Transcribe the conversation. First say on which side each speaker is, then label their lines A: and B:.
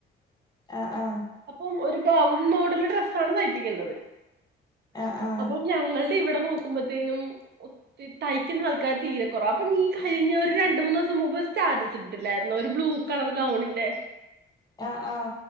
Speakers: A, on the left; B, on the right.
A: ആ ആ
B: അപ്പം ഒരു ഗൗൺ മോഡല് ഡ്രസ്സാണ് തയ്പ്പിക്കേണ്ടത്
A: ആ ആ
B: അപ്പം ഞങ്ങളുടെ ഇവിടെ നോക്കുമ്പേത്തീനും തയ്ക്കുന്ന ആൾക്കാർ തീരെ കുറവാ നീ കഴിഞ്ഞ ഒരു രണ്ട് ദിവസം മുൻപ് സ്റ്റാറ്റസ് ഇട്ടില്ലായിരുന്നോ ഒരു ബ്ലൂ കളർ ഗൗണിന്റെ
A: ആഹ! ആഹ!